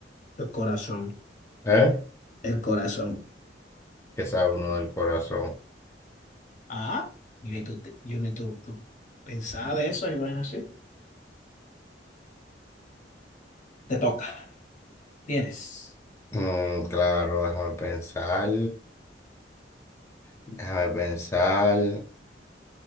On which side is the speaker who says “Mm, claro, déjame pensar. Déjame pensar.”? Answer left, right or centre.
Left